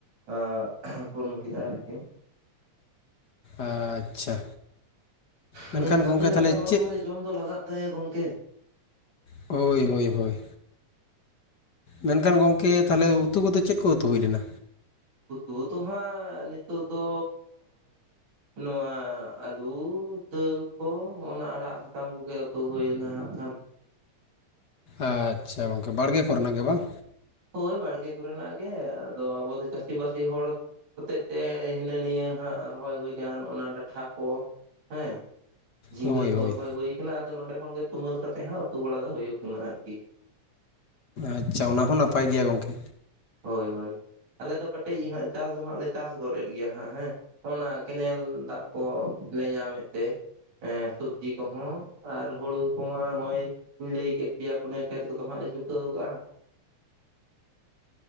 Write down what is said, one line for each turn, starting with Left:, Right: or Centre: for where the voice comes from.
Right: ᱟ ᱯᱷᱳᱱ ᱠᱮᱫᱟ ᱟᱨᱠᱤ
Left: ᱟᱪᱪᱷᱟ ᱢᱮᱱᱠᱷᱟᱱ
Right: ᱦᱩᱸ ᱠᱟᱹᱢᱤ
Left: ᱜᱚᱝᱠᱮ
Right: ᱞᱟᱸᱜᱟ
Left: ᱛᱟᱦᱚᱞᱮ
Right: ᱦᱚᱲᱢᱚ
Left: ᱪᱮᱫ
Right: ᱨᱮ ᱡᱚᱢ ᱫᱚ ᱞᱟᱜᱟᱜ ᱛᱟᱭᱟ ᱜᱚᱝᱠᱮ
Left: ᱦᱳᱭ ᱦᱳᱭ ᱦᱳᱭ ᱢᱮᱱᱠᱷᱟᱱ ᱜᱚᱝᱠᱮ ᱛᱟᱦᱚᱞᱮ ᱩᱛᱩ ᱠᱚᱫᱚ ᱪᱮᱫ ᱠᱚ ᱩᱛᱩ ᱦᱩᱭ ᱞᱮᱱᱟ?
Right: ᱩᱛᱩ ᱫᱚ ᱦᱟᱸᱜ ᱱᱤᱛᱳᱜ ᱫᱚᱻ ᱱᱚᱣᱟ ᱟᱹᱞᱩ ᱫᱟᱹᱞ ᱠᱚ ᱚᱱᱟ ᱟᱲᱟᱜ ᱥᱟᱠᱟᱢ ᱠᱚᱜᱮ ᱩᱛᱩ ᱦᱳᱭᱱᱟ ᱦᱟᱸᱜ ᱠᱷᱟᱱ
Left: ᱟᱪᱪᱷᱟ ᱜᱚᱝᱠᱮ ᱵᱟᱲᱜᱮ ᱠᱚᱨᱮᱱᱟᱜ ᱜᱮ ᱵᱟᱝ
Right: ᱦᱳᱭ ᱵᱟᱲᱜᱮ ᱠᱚᱨᱮᱱᱟᱜ ᱜᱮ᱾ ᱟᱫᱚ ᱟᱵᱚ ᱫᱚ ᱪᱟᱹᱥᱤᱵᱟᱹᱥᱤ ᱦᱚᱲ ᱦᱚᱛᱮᱫ ᱛᱮ ᱦᱤᱱᱟᱹ ᱱᱤᱭᱟᱹ ᱦᱟᱸᱜ ᱨᱚᱦᱚᱭ ᱦᱩᱭ ᱟᱠᱟᱱᱟ ᱰᱟᱴᱷᱟ ᱠᱚ᱾ ᱦᱮᱸ᱾ ᱡᱷᱤᱸᱜᱟᱹ
Left: ᱦᱳᱭ
Right: ᱠᱚ
Left: ᱦᱳᱭ
Right: ᱨᱚᱦᱚᱭ ᱦᱩᱭ ᱟᱠᱟᱱᱟ᱾ ᱟᱫᱚ ᱱᱚᱸᱰᱮ ᱠᱷᱚᱱ ᱜᱮ ᱛᱩᱢᱟᱹᱞ ᱠᱟᱛᱮᱜ ᱦᱟᱜ ᱩᱛᱩ ᱵᱟᱲᱟ ᱫᱚ ᱦᱩᱭᱩᱜ ᱠᱟᱱᱟ ᱟᱨᱠᱤ᱾
Left: ᱟᱪᱪᱷᱟ ᱚᱱᱟ ᱦᱚᱸ ᱱᱟᱯᱟᱭ ᱜᱮᱭᱟ ᱜᱚᱝᱠᱮ᱾
Right: ᱦᱳᱭ ᱦᱳᱭ ᱟᱞᱮ ᱫᱚ ᱠᱟᱹᱴᱤᱡ ᱦᱟᱜ ᱪᱟᱥ ᱫᱚ ᱦᱟᱜ ᱞᱮ ᱪᱟᱥ ᱜᱚᱫᱽ ᱮᱫ ᱜᱮᱭᱟ ᱦᱟᱸᱜ ᱦᱮᱸ᱾ ᱚᱱᱟ ᱠᱮᱱᱮᱞ ᱫᱟᱜ ᱠᱚᱞᱮ ᱧᱟᱢᱮᱫ ᱛᱮ ᱦᱮᱸ ᱥᱚᱵᱡᱤ ᱠᱚᱦᱚᱸ ᱟᱨ ᱦᱩᱲᱩ ᱠᱚᱢᱟ ᱱᱚᱜᱼᱚᱭ ᱞᱟᱹᱭ ᱠᱮᱫᱽ ᱯᱮᱭᱟ ᱯᱩᱱᱟᱭᱟ ᱠᱷᱮᱛ ᱠᱚᱫᱚ ᱦᱟᱸᱜ ᱞᱮ ᱪᱩᱠᱟᱹᱣ ᱟᱠᱟᱫᱼᱟ᱾